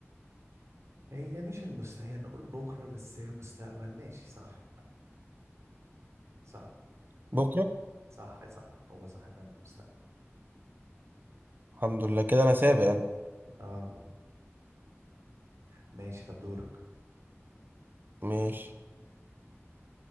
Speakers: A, on the right; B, on the right.
A: هي مش المستحيل نقول بكرة بس هي مستقبل ماشي صح صح
B: بكرة
A: صح صح هو صح فعلا المستقبل
B: الحمد لله كده أنا سابق أنا
A: اه ماشي طب دورك
B: ماشي